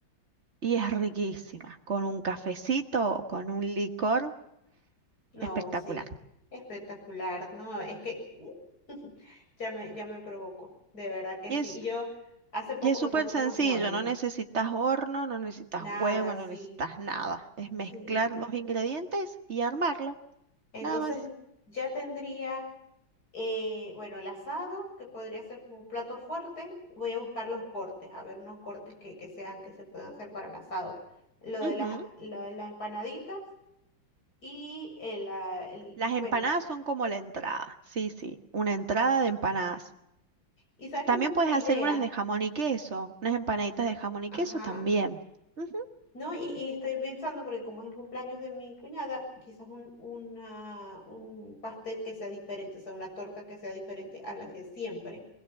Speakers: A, on the right (about 35°); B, on the left (about 45°).
A: y es riquísima, con un cafecito o con un licor
B: No,
A: espectacular.
B: sí. Espectacular, ¿no? Es que <laughs> ya me, ya me provocó. De verdad que
A: Y
B: sí.
A: es
B: Y yo hace poco
A: Y es
B: me
A: súper
B: compré
A: sencillo,
B: unos moldes.
A: no necesitas horno, no necesitas
B: Nada,
A: huevo,
B: sí.
A: no necesitas nada. Es mezclar
B: Sí.
A: los ingredientes y armarlo,
B: Entonces
A: nada más.
B: ya tendría. Eh, bueno, el asado, que podría ser como un plato fuerte. Voy a buscar los cortes, a ver unos cortes que, que sean, que se puedan hacer para el asado. Lo de
A: Ujú.
B: las, lo de las empanaditas y el, ah, el-
A: Las
B: bueno,
A: empanadas son como la entrada, sí, sí, una entrada de empanadas.
B: y sabes
A: También
B: que me das una
A: puedes
B: idea.
A: hacer unas de jamón y queso, unas empanaditas de jamón y queso
B: Ajá.
A: también. Ujú.
B: No, y, y estoy pensando, porque como es el cumpleaños de mi cuñada, quizás un, una, un pastel que sea diferente, o sea, una torta que sea diferente a la que siempre.